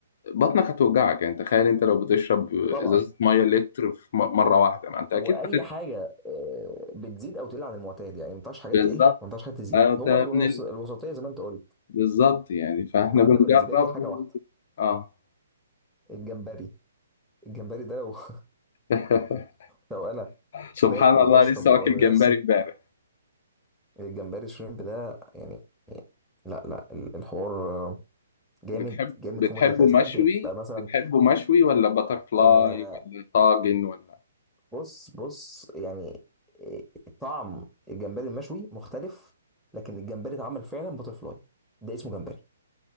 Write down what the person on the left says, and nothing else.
بطنك هتوجعك يعني تخيل انت لو بتشرب ازازة
مية لتر في م- مرة واحدة ما انت
اكيد هتتعب
بالظبط
انت
من ال...
بالظبط يعني فاحنا
بنجرب
و...
اه
<laughs>
سبحان
الله
لسه
واكل جمبري امبارح
بتحب
بتحبه
مشوي
بتحبه مشوي ولا باتر فلاي
ولا طاجن ولا